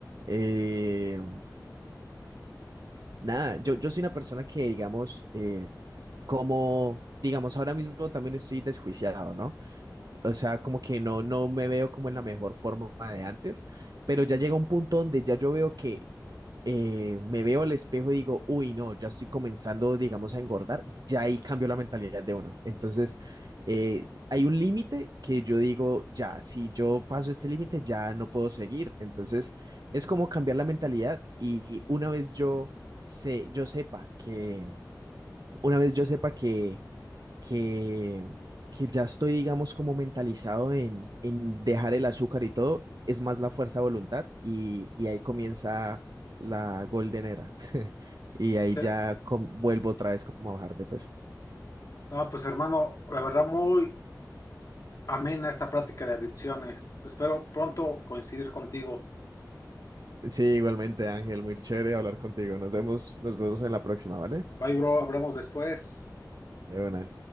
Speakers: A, on the right; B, on the left.
A: eh, nada, yo, yo soy una persona que, digamos, eh, como, digamos, ahora mismo también estoy desjuiciado, ¿no? O sea, como que no, no me veo como en la mejor forma de antes, pero ya llega un punto donde ya yo veo que eh, me veo al espejo y digo, uy, no, ya estoy comenzando, digamos, a engordar, ya ahí cambio la mentalidad de una. Entonces, eh, hay un límite que yo digo, ya, si yo paso este límite, ya no puedo seguir. Entonces, es como cambiar la mentalidad y una vez yo, sé, yo sepa que, una vez yo sepa que que, que ya estoy, digamos, como mentalizado en, en dejar el azúcar y todo, es más la fuerza de voluntad y, y ahí comienza la golden era. <laughs> Y ahí
B: Eh,
A: ya
B: Ok.
A: com- vuelvo otra vez como a bajar de peso.
B: No, pues hermano, la verdad muy amena esta práctica de adicciones. Espero pronto coincidir contigo.
A: Sí, igualmente, Ángel, muy chévere hablar contigo. Nos vemos, nos vemos en la próxima, ¿vale?
B: Bye, bro, hablamos después.
A: De una.